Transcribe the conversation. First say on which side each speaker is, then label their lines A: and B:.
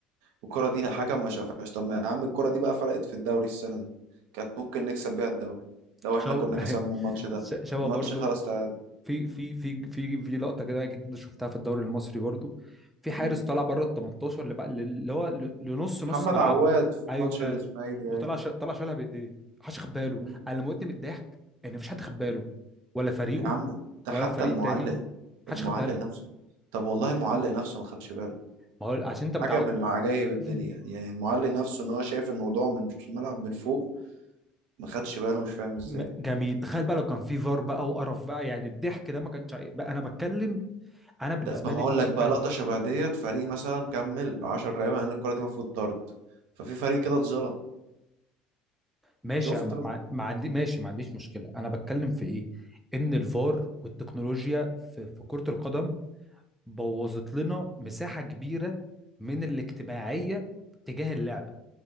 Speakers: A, on the right; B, in the centre.
A: والكرة دي الحكم ما شافهاش طب ما يا عم الكرة دي بقى فرقت في الدوري السنة دي كانت ممكن نكسب بيها الدوري لو إحنا
B: شو
A: كنا
B: <laughs>
A: كسبنا الماتش ده
B: ش- شوا
A: الماتش
B: برضو
A: خلاص تعادل
B: في في في في في لقطة كده اكيد انت شفتها في الدوري المصري برضو في حارس
A: مم.
B: طلع بره ال 18 اللي بقى اللي هو ل- لنص نص
A: محمد
B: ملعبه
A: عواد في
B: ايوه
A: ماتش الإسماعيلي
B: وطلع
A: أهي
B: ش... طلع شالها بايديه محدش خد باله
A: مم.
B: انا لما قلت من الضحك ان مفيش حد خد باله ولا فريقه
A: يا عم ده
B: ولا
A: حتى
B: الفريق
A: المعلق
B: التاني محدش
A: المعلق
B: خد باله
A: نفسه طب والله المعلق نفسه ما خدش باله
B: ما هو عشان انت متعود
A: حاجة من عجائب الدنيا
B: مم.
A: دي. يعني المعلق نفسه ان هو شايف الموضوع من مش الملعب من فوق ما خدش باله مش فاهم ازاي
B: م- جميل تخيل بقى لو كان في فار بقى وقرف بقى يعني الضحك ده ما كانش هي- بقى انا بتكلم انا بالنسبه
A: ده ما هقول
B: لي
A: لك
B: متعه
A: بقى لقطة شبه ديت فريق مثلا كمل 10 لعيبة لان الكرة دي المفروض طرد ففي فريق كده اتظلم
B: ماشي
A: شفت
B: أنا
A: بقى
B: ما ما عندي ماشي ما عنديش مشكله انا بتكلم في ايه ان الفار والتكنولوجيا في, في كره القدم بوظت لنا مساحه كبيره من الاجتماعيه تجاه اللعبه